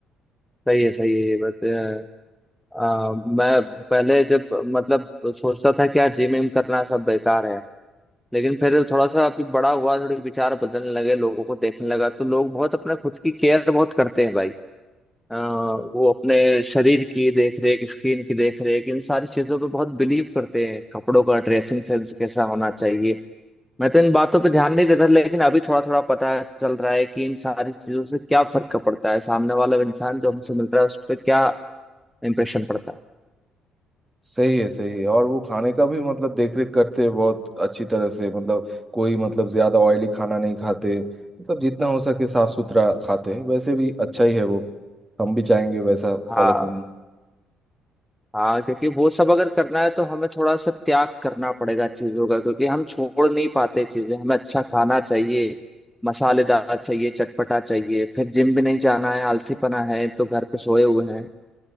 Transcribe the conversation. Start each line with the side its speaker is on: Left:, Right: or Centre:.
Centre: सही है सही है ये बात अ, अ, मैं पहले जब मतलब सोचता था कि यार जिम विम करना सब बेकार है लेकिन फिर थोड़ा सा अभी बड़ा हुआ थोड़े विचार बदलने लगे लोगों को देखने लगा तो लोग बहुत अपने खुद की केयर बहुत करते हैं भाई अ, वो अपने शरीर की देख रेख स्किन की देख रेख इन सारी चीजों पे बहुत बिलीव करते हैं कपड़ों का ड्रेसिंग सेंस कैसा होना चाहिए मैं तो इन बातों पे ध्यान नहीं देता लेकिन अभी थोड़ा थोड़ा पता चल रहा है कि इन सारी चीजों से क्या फर्क पड़ता है सामने वाला इंसान जो हमसे मिल रहा है उस पर क्या इम्प्रेशन पड़ता है
Right: सही है सही है और वो खाने का भी मतलब देख रेख करते हैं बहुत अच्छी तरह से मतलब कोई मतलब ज्यादा ऑयली खाना नहीं खाते मतलब जितना हो सके साफ सुथरा खाते हैं वैसे भी अच्छा ही है वो हम भी चाहेंगे वैसा
Centre: हाँ
Right: फॉलो करना
Centre: हाँ क्योंकि वो सब अगर करना है तो हमें थोड़ा सा त्याग करना पड़ेगा चीजों का क्योंकि हम छोड़ नहीं पाते चीजें हमें अच्छा खाना चाहिए मसालेदार चाहिए चटपटा चाहिए फिर जिम भी नहीं जाना है आलसीपना है तो घर पे सोए हुए हैं